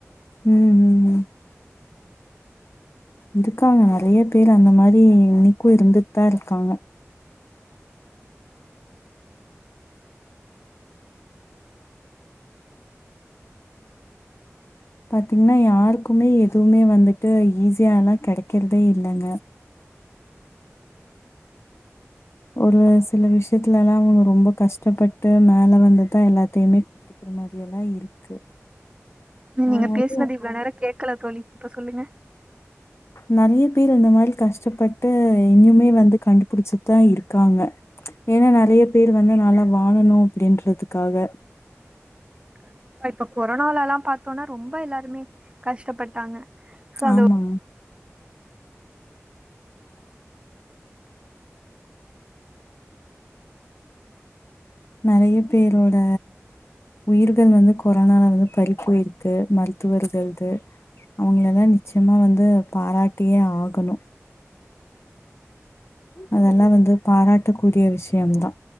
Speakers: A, on the left (about 60°); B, on the right (about 20°).
A: உம் உம் உம் இருக்காங்க நெறைய பேர் அந்த மாரி இன்னைக்கு இருந்துட் தா இருக்காங்க பாத்தீங்கன்னா யாருக்குமே எதுமே வந்துட்டு ஈஸியா எல்லா கெடைக்கிறதே இல்லைங்க ஒரு சில விஷயத்துல எல்லா ரொம்ப கஷ்டப்பட்டு மேல வந்து தா எல்லாத்தையுமே அது மாரி எல்லா இருக்கு
B: நநீங்க
A: ஆனாலும்
B: பேசுது இவ்வளவு நேரம்கேட் கேக்கல தோலி இப்ப சொல்லுங்க
A: நிறைய பேர் இந்த மாரி கஷ்டப்பட்டு இன்னிமே வந்து கண்டுபிடிச்சுதான் இருக்காங்க ஏன்னா நிறைய பேர் வந்து நால வாழணும் அப்படின்றதுக்காக
B: கண்டிப! ‌‌ச்‌இப்ப கொரோனால எல்லாம் பார்த்தோனா ரொம்ப எல்லாருமே கஷ்டப்பட்டாங்க சோ அந்த
A: ஆமா நிறைய பேரோட உயிர்கள் வந்து கொரோனால வந்து பறிப்புயிருக்கு மருத்துவர்களது அவங்கள எல்லாம் நிச்சயமா வந்து பாராட்டியே ஆகணும் அதெல்லா வந்து பாராட்டக்கூடிய விஷயம் தா